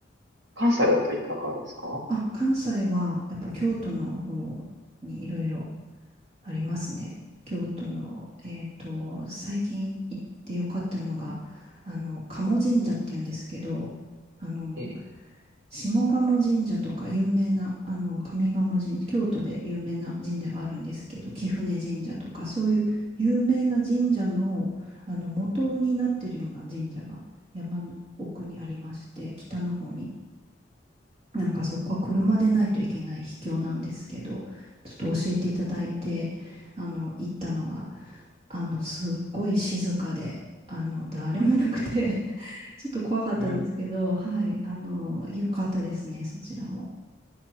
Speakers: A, on the right; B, on the right.
A: 関西だといかがですか
B: あ、関西は、やっぱ京都の方にいろいろありますね。
A: うん
B: 京都の、えっと、最近行ってよかったのが、あの、賀茂神社っていうんですけど、あの、
A: ええ、
B: 下鴨神社とか有名な、あの、上鴨神社、京都で有名な神社があるんですけど、貴船神社とか、そういう有名な神社の、あの、元になってるような神社が山の奥にありまして、北の方に。なんかそこは車でないといけない秘境なんですけど、ちょっと教えていただいて、あの、行ったのが、あの、すっごい静かで、あの、誰もいなくて <laughs> ちょっと怖かったんですけど、
A: うん、
B: はい、あの、良かったですね、そちらも。